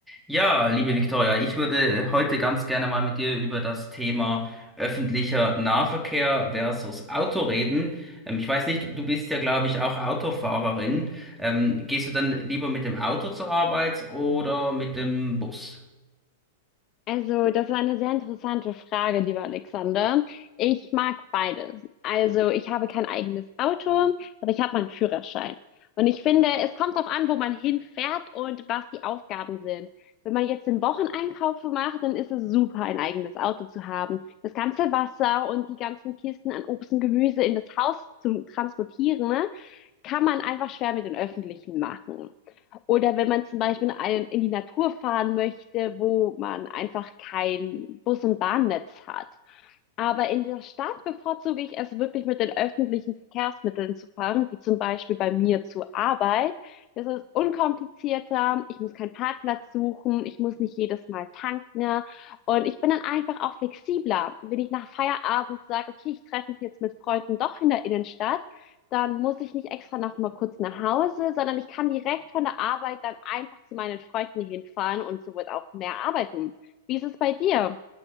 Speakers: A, in the centre; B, on the left (about 35°).
A: Ja, liebe Viktoria, ich würde heute ganz gerne mal mit dir über das Thema öffentlicher Nahverkehr versus Auto reden. Ähm, ich weiß nicht, du bist ja, glaube ich, auch Autofahrerin. Ähm, gehst du dann lieber mit dem Auto zur Arbeit oder mit dem Bus?
B: Also, das war eine sehr interessante Frage, lieber Alexander. Ich mag beides. Also, ich habe kein eigenes Auto, aber ich habe meinen Führerschein. Und ich finde, es kommt darauf an, wo man hinfährt und was die Aufgaben sind. Wenn man jetzt den Wocheneinkauf macht, dann ist es super, ein eigenes Auto zu haben. Das ganze Wasser und die ganzen Kisten an Obst und Gemüse in das Haus zu transportieren, ne? kann man einfach schwer mit den öffentlichen machen. Oder wenn man zum Beispiel in, die Natur fahren möchte, wo man einfach kein Bus- und Bahnnetz hat. Aber in der Stadt bevorzuge ich es wirklich mit den öffentlichen Verkehrsmitteln zu fahren, wie zum Beispiel bei mir zur Arbeit. Das ist unkomplizierter. Ich muss keinen Parkplatz suchen. Ich muss nicht jedes Mal tanken. Und ich bin dann einfach auch flexibler. Wenn ich nach Feierabend sage, okay, ich treffe mich jetzt mit Freunden doch in der Innenstadt, dann muss ich nicht extra noch mal kurz nach Hause, sondern ich kann direkt von der Arbeit dann einfach zu meinen Freunden hinfahren und so wird auch mehr arbeiten. Wie ist es bei dir?